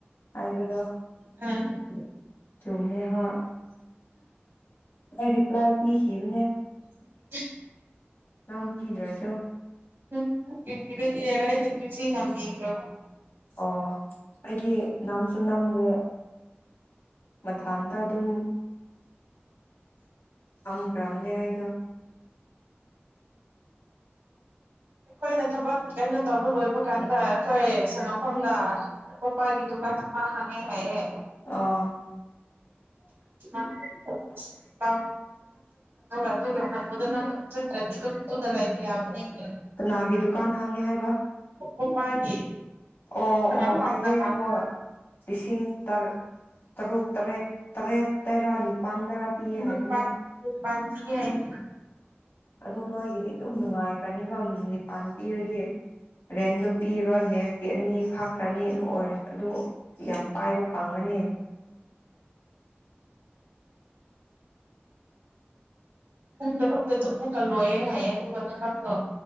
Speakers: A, on the left; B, on the right.
A: ꯍꯥꯏꯕꯗꯣ
B: <inaudible>
A: ꯆꯨꯝꯃꯦ ꯍꯥ ꯑꯩ ꯔꯤꯄ꯭ꯂꯥꯏ ꯄꯤꯈꯤ ꯕꯅꯦ
B: <inaudible>
A: ꯅꯪ ꯄꯤꯗ꯭ꯔꯁꯨ
B: ꯎꯝ ꯄꯕꯤꯔꯗꯤ ꯌꯥꯏꯔꯦ ꯑꯩ ꯑꯗꯨꯝ ꯕꯤꯖꯤ ꯅꯝꯕꯤꯈ꯭ꯔꯕ
A: ꯑꯣ ꯑꯩꯗꯤ ꯅꯝꯁꯨ ꯅꯥꯝꯗꯦ ꯃꯊꯥꯡꯗ ꯑꯗꯨꯝ ꯑꯝꯒ꯭ꯔꯕꯅꯦ ꯑꯩꯗꯣ
B: ꯑꯩꯈꯣꯏꯅ ꯊꯕꯛ ꯑꯩꯅ ꯇꯧꯕ ꯂꯣꯏꯕ ꯀꯥꯟꯗ ꯑꯩꯈꯣꯏ ꯁꯪꯉꯛꯐꯝꯗ ꯄꯣꯄꯥꯢꯒꯤ ꯗꯨꯀꯥꯟ ꯃꯥ ꯍꯥꯡꯉꯦ ꯍꯥꯏꯌꯦ
A: ꯑꯣ
B: <unintelligible> <unintelligible> ꯑꯗꯨꯅ ꯍꯪꯕꯗꯣ ꯅꯪ ꯆꯠꯇ꯭ꯔꯗꯤ ꯗꯨꯝ ꯗꯨꯗ ꯂꯩꯕ ꯌꯥꯕꯅꯤꯅꯦ
A: ꯀꯅꯥꯒꯤ ꯗꯨꯀꯥꯟ ꯍꯥꯡꯉꯦ ꯍꯥꯏꯕ
B: ꯄꯣꯄꯥꯒꯤ
A: ꯑꯣ
B: ꯁꯉꯥꯐꯝꯗ
A: ꯑꯣ ꯍꯥꯏꯌꯦ
B: ꯍꯥꯡꯉꯦ
A: ꯍꯣꯏ ꯂꯤꯁꯤꯡ ꯇꯔ ꯇꯔꯨꯛ ꯇꯔꯦꯠ ꯇꯔꯦꯠ ꯇꯔꯥ ꯅꯤꯄꯥꯟꯗꯒ ꯄꯤꯌꯦ
B: ꯄꯨꯡ
A: ꯍꯥꯏꯕꯅꯦ
B: ꯅꯤꯄꯥꯟ ꯅꯤꯄꯥꯟ ꯄꯤꯌꯦ ꯍꯥꯢꯌꯦ
A: ꯑꯗꯣ ꯅꯣꯏꯒꯤꯗꯤ ꯑꯗꯨꯝ ꯅꯨꯡꯉꯥꯏꯒ꯭ꯔꯅꯤꯕ ꯅꯤꯄꯟ ꯄꯤꯔꯗꯤ ꯔꯦꯟꯗꯨ ꯄꯤꯔꯣꯏ ꯃꯦꯁꯀꯤ ꯑꯅꯤ ꯈꯥꯛꯈ꯭ꯔꯅꯤ ꯑꯗꯨ ꯑꯣꯏꯔ ꯑꯗꯨ ꯌꯥꯝ ꯄꯥꯏꯕ ꯄꯪꯒꯅꯤ
B: ꯄꯨꯡ ꯇꯔꯨꯛꯇꯥꯖꯨ ꯑꯃꯨꯛꯀꯥ ꯂꯣꯏꯌꯦ ꯍꯥꯏꯌꯦ ꯑꯗꯨꯒ ꯊꯕꯛꯇꯣ